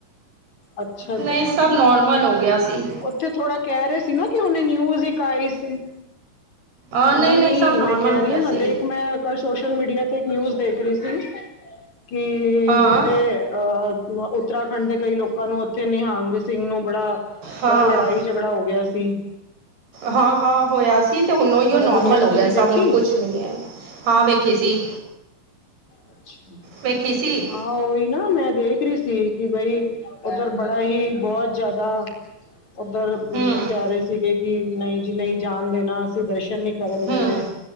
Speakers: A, on the left; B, on the right.
A: ਅੱਛਾ ਜੀ
B: ਨਈਂ ਸਭ ਨੋਰਮਲ ਹੋ ਗਿਆ ਸੀ।
A: ਉੱਥੇ ਥੋੜਾ ਕਹਿ ਰਹੇ ਸੀ ਨਾ ਕਿ ਹੁਨੇ ਨਿਊਜ਼ ਇਕ ਆਈ ਸੀ।
B: ਹਾਂ ਨਹੀਂ
A: ਨਈਂ
B: ਨਹੀਂ
A: ਨਈਂ,
B: ਸਭ ਨੋਰਮਲ
A: ਮੈਂ ਕਹਿ
B: ਹੋ
A: ਰਹੀ
B: ਗਿਆ
A: ਆਂ, ਹਾਲੇ
B: ਸੀ
A: ਇੱਕ ਮੈਂ ਕੱਲ ਸੋਸ਼ਲ ਮੀਡੀਆ ਤੇ ਇੱਕ ਨਿਊਜ਼ ਦੇਖ ਰਹੀ ਸੀ ਕਿ
B: ਹਾਂ
A: ਜਿੱਦੇ ਅਹ ਉਤ ਉੱਤਰਾਖੰਡ ਦੇ ਕਈ ਲੋਕਾਂ ਨੂੰ ਉੱਥੇ ਨਿਹੰਗ ਸਿੰਘ ਨੂੰ ਬੜਾ,
B: ਹਾਂ
A: ਬੜਾ ਲੜਾਈ ਝਗੜਾ ਹੋ ਗਿਆ ਸੀ।
B: ਹਾਂ, ਹਾਂ ਹੋਇਆ ਸੀ। ਤੇ ਹੁਣ ਓਈਓ
A: ਇੱਦਾਂ
B: ਨੋਰਮਲ
A: ਦੀ ਨਿਊਜ਼
B: ਹੋ
A: ਤੁਸੀਂ
B: ਗਿਆ,
A: ਦੇਖੀ
B: ਸਭ ਹੁਣ ਕੁਛ ਨਈਂ ਏ, ਹਾਂ ਵੇਖੀ ਸੀ।
A: ਅੱਛਾ
B: ਵੇਖੀ ਸੀ।
A: ਹਾਂ, ਉਹੀ ਨਾ ਮੈਂ ਦੇਖ ਰਹੀ ਸੀ ਕਿ ਬਈ ਉੱਧਰ ਬੜਾ ਹੀ, ਬੋਤ ਜ਼ਿਆਦਾ ਉੱਧਰ ਮਂ
B: ਹਮ
A: ਕਹਿ ਰਹੇ ਸੀਗੇ ਵੀ ਨਈਂ ਜੀ ਨਈਂ ਜਾਣ ਦੇਣਾ, ਅਸੀਂ ਦਰਸ਼ਨ ਨੀ ਕਰਨ ਦੇਣੇ।
B: ਹਮ